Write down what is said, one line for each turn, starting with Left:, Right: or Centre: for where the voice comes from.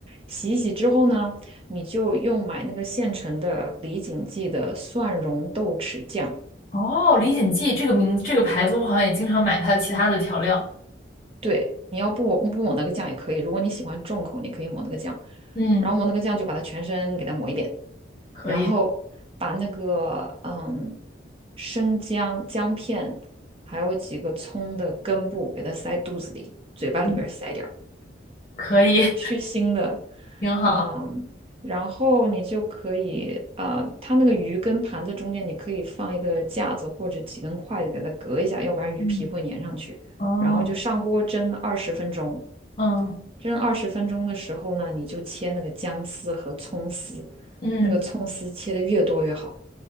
Right: 洗一洗之后呢，你就用买那个现成的李锦记的蒜蓉豆豉酱。
Left: 哦，李锦记这个名这个牌子，我好像也经常买它其他的调料，
Right: 对，你要不不抹那个酱也可以，如果你喜欢重口，你可以抹那个酱。
Left: 嗯，
Right: 然后抹那个酱就把它全身给它抹一遍，
Left: 可以，
Right: 然后把那个嗯生姜姜片，还有几个葱的根部给它塞肚子里，嘴巴里边塞点儿。
Left: 嗯，可以，
Right: 是去腥的，
Left: <laughs> 挺好，
Right: 嗯，然后你就可以，呃，它那个鱼跟盘子中间你可以放一个架子或者几根筷子给它隔一下，要不然鱼皮会粘上去。
Left: 嗯，哦，
Right: 然后就上锅蒸二十分钟，
Left: 嗯
Right: 蒸二十分钟的时候呢，你就切那个姜丝和葱丝，
Left: 嗯，
Right: 那个葱丝切的越多越好，